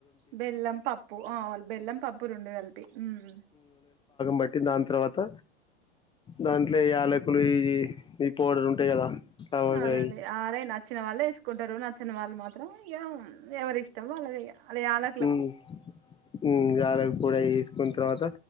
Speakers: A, on the right; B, on the left.
A: బెల్లం పప్పు ఆ బెల్లం పప్పు రెండు కలిపి హ్మ్
B: బట్టి దాని తర్వాత దాంట్లో యాలకులు ఇవి ఇ పౌడర్ ఉంటాయి కదా లవంగాయి
A: అలాదే అరే నచ్చిన వాళ్ళే వేసుకుంటారు నచ్చని వాళ్ళు మాత్రం ఏవో ఎవరి ఇష్టం వాళ్ళేదే ఇగా అదే అళ్ళ
B: హ్మ్ హ్మ్ యెలాక్ కూడా వేసుకున్న తర్వాత